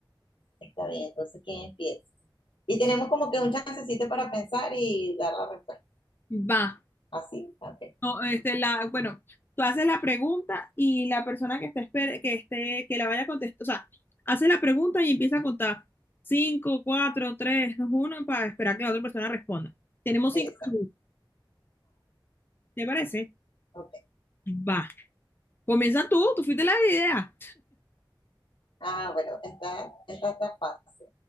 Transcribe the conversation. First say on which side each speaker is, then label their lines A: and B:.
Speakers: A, on the left (about 80°); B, on the left (about 25°).
A: Está bien, entonces, ¿quién empieza? Y tenemos como que un chancecito para pensar y dar la respuesta.
B: va.
A: ¿Así? Ok.
B: No, este, la, bueno, tú haces la pregunta y la persona que esté, esper- que esté, que la vaya a contestar, o sea, hace la pregunta y empieza a contar. Cinco, cuatro, tres, dos, uno, para esperar que la otra persona responda. Tenemos
A: Exacto.
B: cinco minutos, ¿te parece?
A: Ok.
B: Va. Comienza tú, tú fuiste la idea.
A: Ah, bueno, esta, esta está fácil.